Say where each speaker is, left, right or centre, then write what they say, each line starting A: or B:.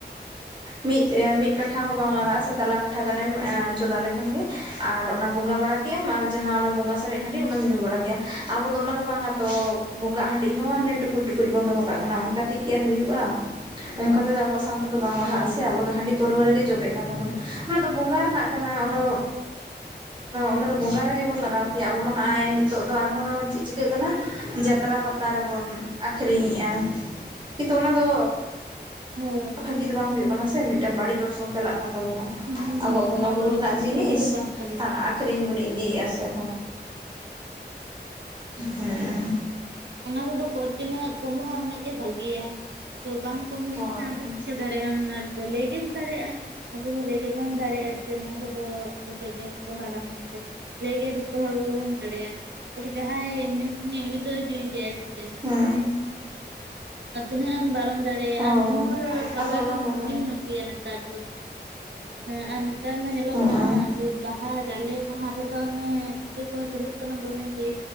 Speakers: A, on the right; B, on the right.
A: ᱢᱤᱫ ᱢᱤᱫ ᱠᱟᱴᱷᱟ ᱦᱚᱸ ᱵᱟᱝ ᱞᱟᱜᱟᱜᱼᱟ ᱥᱮ ᱛᱟᱞᱟ ᱠᱟᱴᱷᱟ ᱜᱟᱱᱮᱢ ᱪᱚᱸᱫᱟ ᱞᱮᱠᱷᱟᱱ ᱜᱮ ᱟᱨ ᱚᱱᱟ ᱵᱚᱸᱜᱟ ᱵᱟᱲᱟ ᱠᱮᱟᱢ ᱟᱨ ᱡᱟᱦᱟᱸ ᱚᱱᱟ ᱵᱚᱸᱜᱟ ᱥᱟᱨᱮᱡ ᱦᱟᱺᱰᱤ ᱚᱱᱟᱢ ᱧᱩ ᱵᱟᱲᱟ ᱠᱮᱭᱟ ᱟᱵᱚ ᱫᱚ ᱚᱱᱟ ᱫᱚ ᱵᱟᱝᱟ ᱛᱚ ᱵᱚᱸᱜᱟ ᱦᱟᱺᱰᱤ ᱦᱚᱸ ᱦᱟᱱᱮ ᱴᱩᱠᱩᱡ ᱴᱩᱠᱩᱡ ᱵᱚᱱ ᱫᱚᱦᱚ ᱠᱟᱜ ᱠᱟᱱᱟ ᱚᱱᱠᱟ ᱛᱮᱜᱮ ᱟᱨ ᱦᱩᱭᱩᱜᱼᱟ ᱚᱱᱠᱟ ᱛᱮᱫᱚ ᱟᱵᱚᱣᱟᱜ ᱥᱟᱶ ᱫᱚ ᱵᱟᱝ ᱞᱟᱦᱟᱜ
B: ᱦᱳᱭ
A: ᱟᱥᱮ ᱟᱵᱚ ᱫᱚ ᱦᱟᱺᱰᱤ ᱯᱟᱹᱨᱟᱹᱣᱨᱟᱹ ᱨᱮᱜᱮ ᱡᱚᱵᱮᱜ ᱠᱟᱱ ᱛᱟᱵᱚᱱᱟ ᱚᱱᱟᱫᱚ ᱵᱚᱸᱜᱟ ᱨᱮᱱᱟᱜ ᱠᱟᱱᱟ ᱚᱱᱟ ᱚᱱᱟᱫᱚ ᱵᱚᱸᱜᱟ ᱨᱮᱜᱮ ᱵᱚᱱ ᱞᱟᱜᱟᱣ ᱠᱮᱭᱟ ᱟᱵᱚ ᱢᱟ ᱦᱜᱭ ᱱᱤᱛᱚᱜ ᱫᱚ ᱟᱨᱦᱚᱸ ᱪᱮᱫ ᱪᱤᱠᱟᱹᱜ ᱠᱟᱱᱟ ᱡᱟᱛᱨᱟ ᱯᱟᱛᱟ ᱨᱮᱵᱚᱱ ᱟᱠᱷᱨᱤᱧᱮᱫᱼᱟ ᱠᱤᱱᱛᱩ ᱚᱱᱟ ᱫᱚ
B: ᱦᱳᱭ
A: ᱵᱷᱟᱜᱤ ᱫᱚ ᱵᱟᱝ ᱦᱩᱭᱩᱜ ᱠᱟᱱᱟ ᱥᱮ ᱢᱤᱫᱴᱟᱝ ᱵᱟᱹᱲᱤᱡ ᱚᱨᱥᱚᱝ ᱪᱟᱞᱟᱜ ᱠᱟᱱᱟ ᱛᱟᱵᱚᱱᱟ
B: ᱦᱩᱸ
A: ᱟᱵᱚᱣᱟᱜ ᱵᱚᱸᱜᱟ
B: ᱚᱱᱟ
A: ᱵᱩᱨᱩ
B: ᱫᱚ
A: ᱨᱮᱱᱟᱜ ᱡᱤᱱᱤᱥ
B: ᱵᱷᱟᱜᱤ ᱫᱚ ᱵᱟᱝ ᱠᱟᱱᱟ
A: ᱦᱟᱱᱟ ᱟᱹᱷᱨᱤᱧ ᱵᱚᱱ ᱫᱟ ᱟᱥᱮ <unintelligible> ᱦᱮᱸ
B: ᱚᱱᱟ ᱠᱚᱫᱚ ᱛᱤᱱᱟᱹᱜ ᱠᱚᱢᱚᱜᱼᱟ ᱩᱱᱟᱹᱜ ᱜᱮ ᱵᱷᱟᱜᱮᱭᱟ ᱟᱫᱚ ᱵᱟᱢ ᱠᱚᱢ ᱞᱮᱱᱠᱷᱟᱱ
A: ᱦᱳᱭ
B: ᱟᱫᱚ
A: ᱦᱳᱭ
B: ᱪᱤᱠᱟᱹ ᱫᱟᱲᱮᱭᱼᱟᱢ ᱢᱟ ᱞᱮ ᱟ ᱞᱟᱹᱭ ᱜᱮᱢ ᱫᱟᱲᱮᱭᱟᱜᱼᱟ ᱟᱵᱚ ᱦᱚᱸ ᱞᱟᱹᱭ ᱜᱮᱵᱚᱱ ᱫᱟᱲᱮᱭᱟᱜᱼᱟ ᱡᱮ ᱱᱚᱣᱟ ᱠᱚᱫᱚ ᱟᱞᱚᱯᱮ ᱵᱮᱵᱚᱦᱟᱨᱟ ᱢᱮᱱ ᱛᱮ ᱞᱟᱹᱭ ᱜᱮᱭᱟ ᱡᱚᱛᱚ ᱦᱚᱲ ᱠᱚᱜ ᱵᱚᱱ ᱫᱟᱲᱮᱭᱟᱜᱼᱟ ᱡᱟᱦᱟᱸᱭ ᱧᱩᱛᱤᱱᱤᱡ ᱩᱱᱤ ᱫᱚᱭ ᱧᱩᱭ ᱜᱮᱭᱟᱭ ᱥᱮ
A: ᱦᱮᱸ
B: ᱛᱤᱱᱟᱹᱜ ᱮᱢ ᱵᱟᱨᱚᱱ ᱫᱟᱲᱮᱭᱟᱜᱼᱟ
A: ᱦᱳᱭ
B: ᱟᱨ ᱧᱩ ᱦᱚᱲ ᱵᱟᱜᱟ
A: ᱟᱫᱚ ᱚᱱᱟ
B: ᱫᱚ
A: ᱠᱚᱜᱮ
B: ᱢᱩᱥᱠᱤᱞ ᱧᱚᱜ ᱜᱮᱭᱟ ᱱᱮᱛᱟᱨ ᱫᱚ ᱦᱮᱸ ᱟᱨ ᱱᱮᱛᱟᱨ ᱢᱟ ᱧᱮᱞᱚᱜ
A: ᱦᱚᱸ
B: ᱠᱟᱱᱟ ᱵᱟᱦᱟ ᱡᱟᱞᱮ ᱢᱟᱦᱟ ᱨᱮᱫᱚ ᱚᱱᱮ ᱰᱤᱡᱮ ᱠᱚ ᱪᱟᱹᱞᱩᱜ ᱠᱟᱱᱟ ᱫᱚᱢᱮ ᱜᱮ